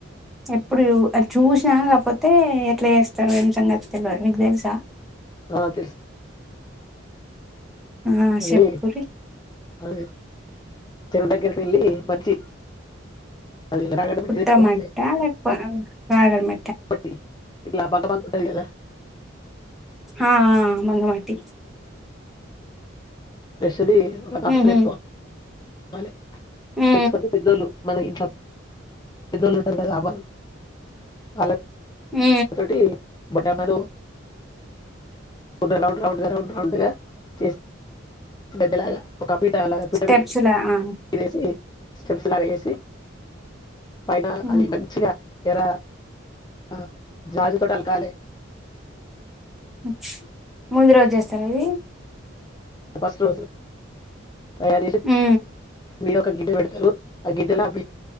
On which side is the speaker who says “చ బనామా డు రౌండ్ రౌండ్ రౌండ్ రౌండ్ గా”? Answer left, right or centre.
Left